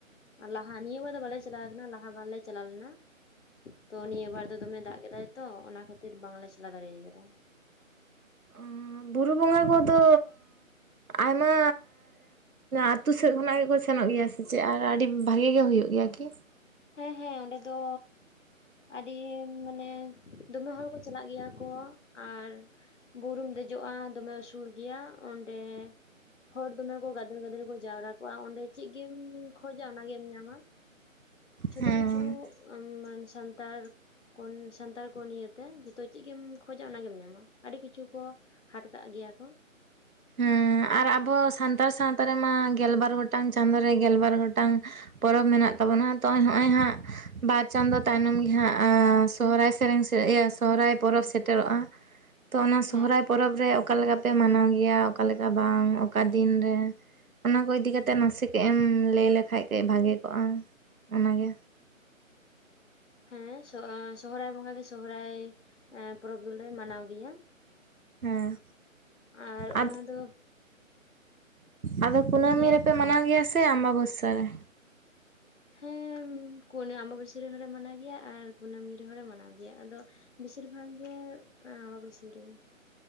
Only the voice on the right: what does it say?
ᱚ ᱵᱩᱨᱩ ᱵᱚᱸᱜᱟ ᱠᱚᱫᱚ ᱟᱭᱢᱟ ᱟᱛᱩ ᱥᱮᱫ ᱠᱷᱚᱱᱟᱜ ᱜᱮᱠᱚ ᱥᱮᱱᱚᱜ ᱜᱮᱭᱟ ᱥᱮ ᱪᱮᱫ ᱟᱨ ᱟᱹᱰᱤ ᱵᱷᱟᱜᱤ ᱜᱮ ᱦᱩᱭᱩᱜ ᱜᱮᱭᱟ ᱠᱤ,
ᱦᱮᱸ
ᱦᱮᱸ ᱟᱨ ᱟᱵᱚ ᱥᱟᱱᱛᱟᱲ ᱥᱟᱶᱛᱟ ᱨᱮᱢᱟ ᱜᱮᱞᱵᱟᱨ ᱜᱚᱴᱟᱝ ᱪᱟᱸᱫᱩ ᱨᱮ ᱜᱮᱞᱵᱟᱨ ᱜᱚᱴᱟᱝ ᱯᱚᱨᱚᱵᱽ ᱢᱮᱱᱟᱜ ᱛᱟᱵᱚᱱᱟ ᱛᱚ ᱱᱚᱜ-ᱚᱭ ᱦᱟᱸᱜ ᱵᱟᱨ ᱪᱟᱸᱫᱚ ᱛᱟᱭᱱᱚᱢ ᱜᱮ ᱦᱟᱸᱜ ᱥᱚᱦᱚᱨᱟᱭ ᱥᱮᱨᱮᱧ ᱥᱮ ᱥᱚᱦᱚᱨᱟᱭ ᱯᱚᱨᱚᱵ ᱥᱮᱴᱮᱨᱚᱜ-ᱟ ᱛᱚ ᱚᱱᱟ
ᱥᱚᱦᱚᱨᱟᱭ ᱯᱚᱨᱚᱵ ᱨᱮ ᱚᱠᱟ ᱞᱮᱠᱟ ᱯᱮ ᱢᱟᱱᱟᱣ ᱜᱮᱭᱟ? ᱜᱮᱭᱟ ᱚᱠᱟᱮᱠᱟ ᱵᱟᱝ ᱚᱠᱟ ᱫᱤᱱ ᱨᱮ ᱚᱱᱟ ᱠᱚ ᱤᱫᱤ ᱠᱟᱛᱮᱫ ᱱᱟᱥᱮ ᱠᱟᱹᱡ ᱮᱢ ᱞᱟᱹᱭ ᱞᱮᱠᱷᱟᱡ ᱠᱟᱹᱡ ᱵᱷᱟᱜᱮ ᱠᱚᱜᱼᱟ ᱚᱱᱟᱜᱮ
ᱦᱮᱸ
ᱟᱫ
ᱟᱫᱚ ᱠᱩᱱᱟᱹᱢᱤ
ᱨᱮᱯᱮ ᱢᱟᱱᱟᱣ ᱜᱮᱭᱟ ᱥᱮ ᱟᱢᱵᱟ ᱵᱚᱥᱥᱟ ᱨᱮ?